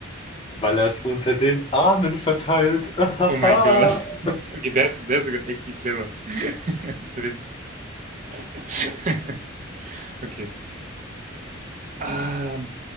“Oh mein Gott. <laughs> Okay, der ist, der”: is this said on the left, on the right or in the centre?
Right